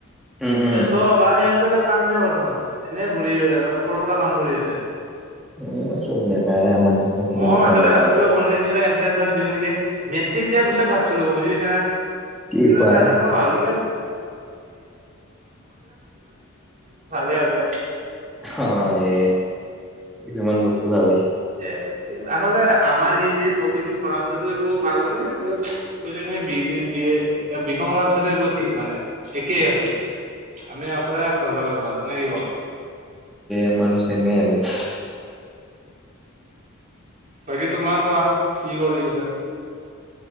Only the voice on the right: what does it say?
এই চব বাৰে সিহঁতে কাম নাই বৰ্তমান এনেই ঘূৰি সৰু সুৰা কাম কৰি আছে
মই মাজতে
ভাছিলোঁ
পলিটেকনিক
এন নেকি মেট্ৰিক দিয়াৰ পিছত ভাবচুলো বুজি পাইছা
কিন্তু
তাৰ পিছত মই ভালো <unintelligible> <unintelligible> হ' <unintelligible>
এ আচলতে আমাৰ ই যে, পলটেকনিক পঢ়াৰ পিছত একো ভাল হয় নে বি এ বি কম কৰাৰ পিছতে <unintelligible> মে একেই আছে, আমি ইয়াৰ পৰাই আগবাঢ়িব লগাব নে কি কোৱা
বাকী তোমাৰ কোৱা, কি কৰি আছা